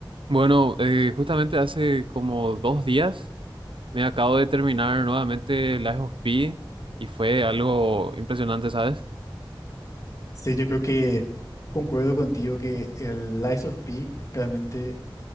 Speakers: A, on the right; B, on the left.
A: Bueno, eh, justamente hace como dos días me acabo de terminar nuevamente Lies of P y fue algo impresionante, ¿sabes?
B: Sí, yo creo que concuerdo contigo que el Lies of P realmente,